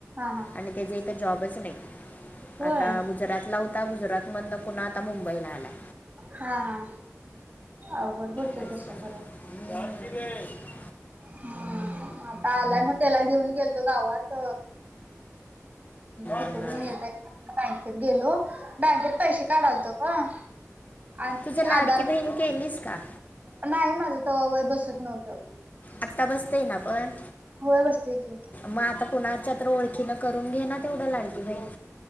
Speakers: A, on the right; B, on the left.
A: हा
B: आणि त्याच इथ जॉबच नाही,
A: होय
B: आता गुजरातला होता गुजरात मधन पुन्हा आता मुंबईला आलाय.
A: हा हा, अवघड पडतय
B: असं.
A: तस खर.
B: <unintelligible>
A: हम म आता आलाय म त्याला घेऊन गेलतो गावात. तिकडून
B: हा.
A: येता येता बँकेत गेलो बँकेत पैसे काढालतो ग. आणि
B: तुझ लाडकी
A: आधार
B: बहीण केलीस का?
A: नाही माझं तवा वय बसत नव्हतं.
B: आत्ता बसतय ना पण.
A: होय बसतय की.
B: म आता कुणाच्या तर ओळखीन करून घे ना तेवढं लाडकी बहीण.